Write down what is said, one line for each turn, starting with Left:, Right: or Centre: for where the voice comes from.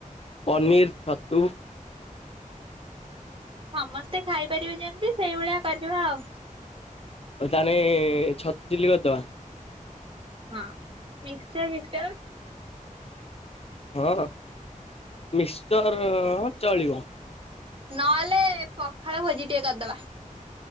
Left: ପନିର୍ ଛତୁ
Right: ସମସ୍ତେ ଖାଇପାରିବେ ଯେମିତି ସେଇଭଳିଆ କରିବା ଆଉ।
Left: ହୋଉ ତାହେଲେ ଛତୁ ଚିଲି କରିଦବା?
Right: ହଁ ମିକଶ୍ଚର ଫିକ୍ସଚର
Left: ହଁ। ମିକ୍ସଚର ହଁ ଚଳିବ।
Right: ନହେଲେ ପଖାଳ ଭୋଜି ଟିଏ କରଦବା।